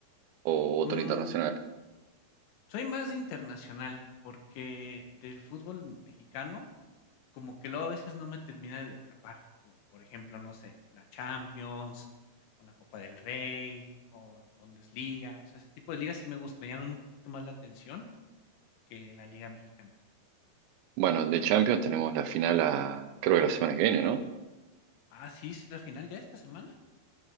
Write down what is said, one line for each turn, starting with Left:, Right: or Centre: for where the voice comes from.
Right: o otro
Left: Mm,
Right: internacional?
Left: soy más de internacional, porque del fútbol mexicano, como que luego a veces no me termina de atrapar, como por ejemplo, no sé, la Champions, o la Copa del Rey, o la Bundesliga, o sea, ese tipo de ligas sí me gust- me llaman un poquito más la atención que la Liga Mexicana.
Right: Bueno, de Champions tenemos la final a, creo que la semana que viene, ¿no?
Left: Ah, sí, ¿es la final ya esta semana?